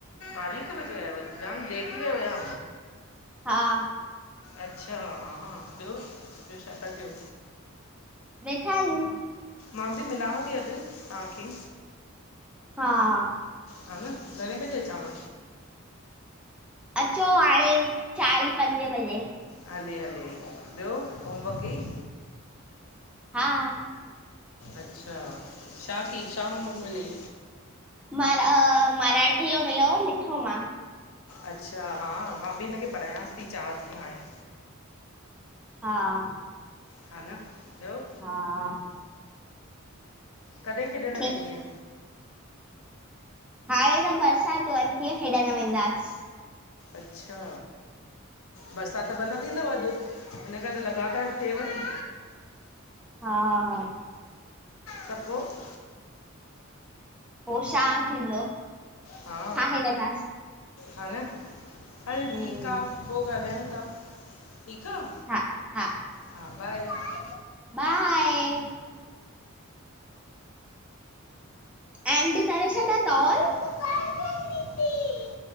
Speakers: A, on the left (about 80°); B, in the centre.
A: ॿारहें हिक बजे आयव?, जाम लेट थी वया हुया।
B: हा।
A: अच्छा हां, ॿियो, ॿियो छा था कियो?
B: वेठा आहियूं।
A: मां बि मिलांव थी अॼु, तव्हांखे।
B: हा।
A: ह न, घणे बजे अचांव?
B: अचो हाणे, चांईं पंजे बजे।
A: हले, हले, ॿियो होमवर्क कयई?
B: हा।
A: अच्छा, छा कयई, छा होमवर्क मिल्यई?
B: म र अ मराठी यो मिलो लिख्यो मां।
A: अच्छा हा, मां बि हिनखे पढ़ायांसि थी चार थिया हाणे।
B: हा,
A: हा न ॿियो
B: हा।
A: कॾहिं, खेॾणु
B: ठीकु
A: वेंदीय?
B: हाणे त बरसात थीअं हेॾणु वञीदास्। <unintelligible>
A: अच्छा। बरसाति त बंदि न थींदव अॼु, हिन करे त लॻातार थिएव थी।
B: हा।
A: त पोइ।
B: पोइ शा थींदो?
A: हा,
B: छा हेॾंदासीं
A: ह न, हल
B: हम्म
A: ठीकु आह। पो ॻाल्हायूं था, ठीक आह,
B: हा हा
A: हा बाए।
B: बाए। ऐं एंडी तारा छाॾा तॉल।
A: मूंखे
B: <unintelligible>
A: बाल्टी ॾिनी